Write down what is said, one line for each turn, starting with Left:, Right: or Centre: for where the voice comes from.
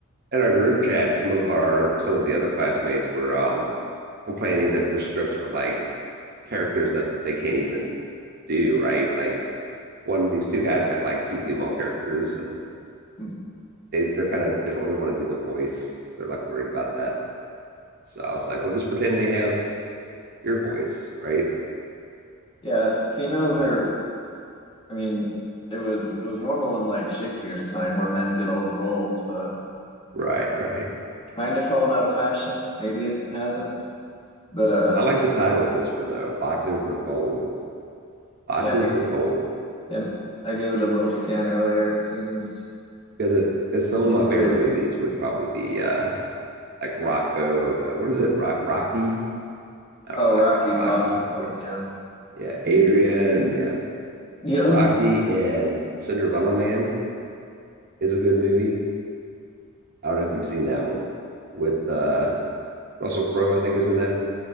Right: In our group chat, some of our some of the other classmates were um complaining that their scripts were like characters that they can't even do, right? Like one of these two guys got like two female characters and
Left: <laughs>
Right: they they're kind of they don't really want to do the voice. They're like worried about that. So I was like, well, just pretend they have your voice, right?
Left: Yeah, females
Right: <laughs>
Left: are I mean, it was it was normal in like Shakespeare's time where men did all the roles, but
Right: Right,
Left: it's
Right: right.
Left: kind of fallen out of fashion. Maybe it hasn't, but uh,
Right: I like the title of this one though, Boxing for Gold. Boxing
Left: yeah. I mean,
Right: for
Left: it's-
Right: Gold
Left: yeah, I gave it a little scan earlier. It seems
Right: because it because some
Left: intuitive.
Right: of my favorite movies would probably be uh like Rocco. uh, What is it? Rock, Rocky, not
Left: Oh,
Right: Rocco.
Left: Rocky, the
Right: Rocky.
Left: boxing one.
Right: Yeah,
Left: Yeah,
Right: yeah. Adrian. Yeah,
Left: yeah.
Right: Rocky and Cinderella Man is a good movie. I don't know if you've seen that one with uh Russell Crowe. I think is in that.